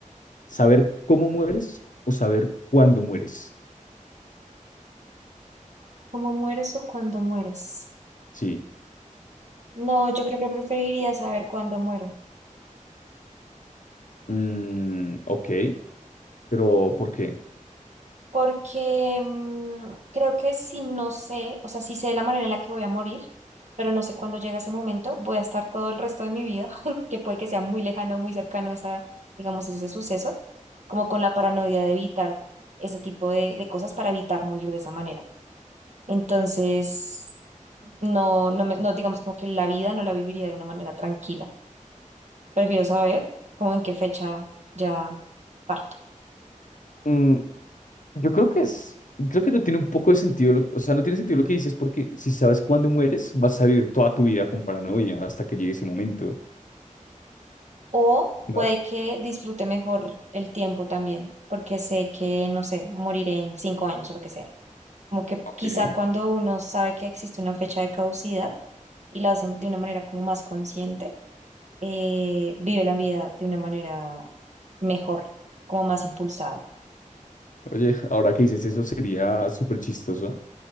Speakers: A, on the left (about 70°); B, on the right (about 60°).
A: saber cómo mueres o saber cuándo mueres?
B: ¿Cómo mueres o cuándo mueres?
A: Sí.
B: No, yo creo que preferiría saber cuándo muero,
A: Mm, ok, pero ¿por qué?
B: porque mm, creo que si no sé, o sea, si sé la manera en la que voy a morir, pero no sé cuándo llega ese momento, voy a estar todo el resto de mi vida, <laughs> que puede que sea muy lejano, muy cercano esa, digamos, ese suceso, como con la paranoia de evitar ese tipo de, de cosas para evitar morir de esa manera. Entonces, no, no, me- no, digamos como que la vida no la viviría de una manera tranquila. Prefiero saber como en qué fecha ya parto.
A: Mm, yo creo que es, creo que no tiene un poco de sentido, lo- o sea, no tiene sentido lo que dices porque si sabes cuándo mueres, vas a vivir toda tu vida con paranoia hasta que llegue ese momento,
B: O
A: ¿no?
B: puede que disfrute mejor el tiempo también, porque sé que, no sé, moriré en cinco años o lo que sea. Como que
A: Ok.
B: quizá
A: Oye,
B: cuando uno sabe que existe una fecha de caducidad y la hacen de una manera como más consciente, eh, vive la vida de una manera mejor, como más impulsada.
A: <laughs> ahora que dices eso sería súper chistoso